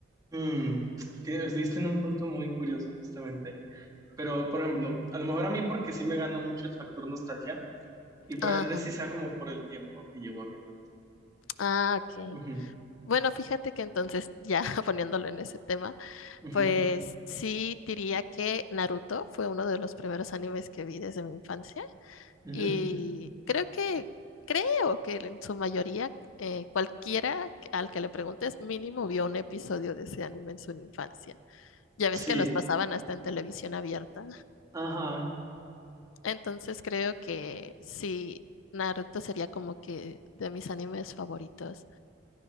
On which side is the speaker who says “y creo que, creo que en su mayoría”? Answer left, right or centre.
Left